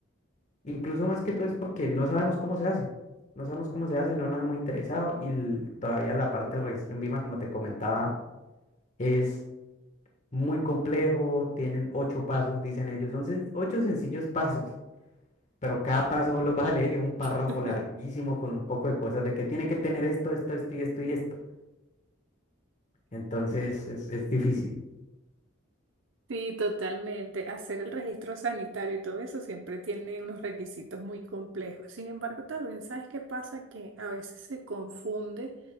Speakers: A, on the left (about 35°); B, on the right (about 70°).
A: Incluso más que todo es porque no sabemos cómo se hace, no sabemos cómo se hace, no nos hemos interesado y l- todavía la parte del registro en Vima, como te comentaba, es... muy complejo, tienen ocho pasos, dicen ellos, son sen- ocho sencillos pasos, pero cada paso vos lo vas a leer y es un párrafo
B: <laughs>
A: larguísimo con un poco de cosas de que tiene que tener esto, esto, esto y esto y esto. Entonces es, es difícil.
B: Sí, totalmente. Hacer el registro sanitario y todo eso siempre tiene unos requisitos muy complejos. Sin embargo, también, ¿sabes qué pasa? Que a veces se confunde